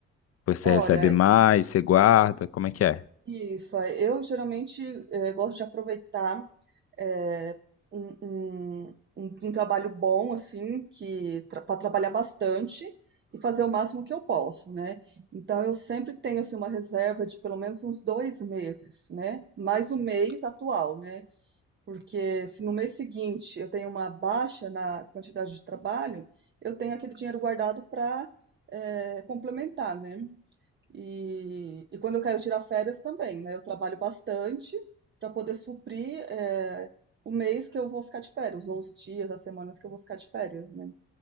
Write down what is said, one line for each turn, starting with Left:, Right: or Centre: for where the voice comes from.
Left: você
Right: olha,
Left: recebe mais, você guarda, como é que é?
Right: Isso, é. eu geralmente eh, gosto de aproveitar eh, um, um- um- um trabalho bom, assim, que para trabalhar bastante e fazer o máximo que eu posso, né? Então eu sempre tenho assim, uma reserva de pelo menos uns dois meses, né? Mais o mês atual, né? Porque se no mês seguinte eu tenho uma baixa na quantidade de trabalho, eu tenho aquele dinheiro guardado para complementar, né? E, e quando eu quero tirar férias também, né? Eu trabalho bastante para poder suprir, eh, o mês que eu vou ficar de férias, ou os dias, as semanas que eu vou ficar de férias, né?